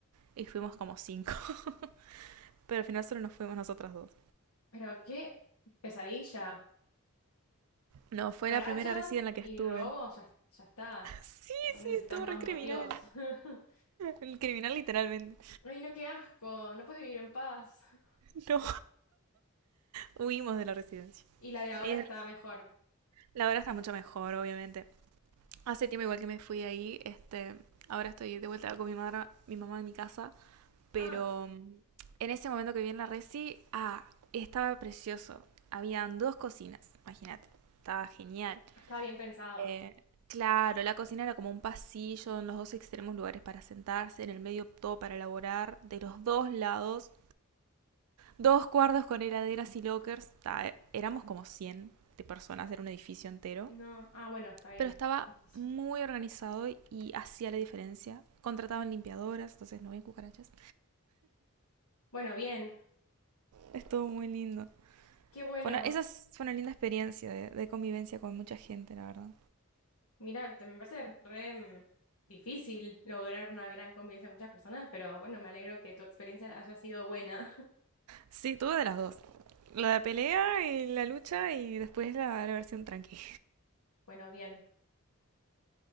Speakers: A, on the right; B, on the left.
A: y fuimos como cinco. <laughs> Pero al final solo nos fuimos nosotras dos.
B: Pero qué pesadilla.
A: No,
B: Cucarachas
A: fue la primera residencia en la que
B: y
A: estuve.
B: robo, ya, ya está.
A: <laughs> Sí,
B: No
A: sí,
B: necesitas
A: estuvo
B: más
A: re criminal.
B: motivos. <laughs>
A: El criminal literalmente.
B: Ay, no, qué asco. No puedes vivir en paz. <laughs>
A: <laughs> No, huimos de la residencia.
B: Y la de ahora
A: Y el-
B: estaba mejor.
A: la hora está mucho mejor, obviamente. Hace tiempo igual que me fui ahí, este, ahora estoy de vuelta con mi madre, mi mamá en mi casa, pero
B: Ah,
A: mm, en ese momento que viví en la resi, ah, estaba precioso. Habían dos cocinas, imagínate. Estaba genial.
B: estaba bien pensado.
A: Eh, claro, la cocina era como un pasillo, en los dos extremos lugares para sentarse, en el medio todo para elaborar, de los dos lados, dos cuartos con heladeras y lockers. Ta, eh, éramos como cien de personas, era un edificio entero,
B: No, ah, bueno, está bien.
A: pero estaba
B: Difícil.
A: muy organizado y hacía la diferencia. Contrataban limpiadoras, entonces no había cucarachas.
B: Bueno, bien.
A: Estuvo muy lindo.
B: Qué bueno.
A: Bueno, esa es- fue una linda experiencia de, de convivencia con mucha gente, la verdad.
B: Mirá, te me parece re mm, difícil lograr una gran convivencia con muchas personas, pero bueno, me alegro que tu experiencia haya sido buena.
A: Sí, tuve de las dos. La de pelea y la lucha y después la, la versión tranqui.
B: <laughs> Bueno, bien.